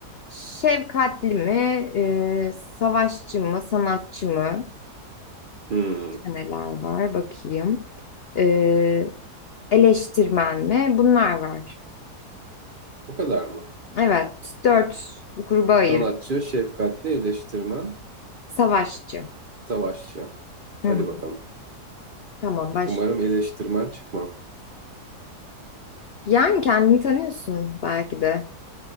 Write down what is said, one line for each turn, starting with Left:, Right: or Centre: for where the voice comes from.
Left: Şefkatli mi, e, savaşçı mı, sanatçı mı?
Right: Hmm,
Left: İşte Neler var bakayım. E, eleştirmen mi? Bunlar var.
Right: bu kadar mı?
Left: Evet, dört gruba ayırın.
Right: Sanatçı, şefkatli, eleştirmen,
Left: Savaşçı.
Right: savaşçı.
Left: Hı,
Right: Hadi bakalım.
Left: tamam başla.
Right: Umarım eleştirmen çıkmam.
Left: Yani kendini tanıyorsun belki de.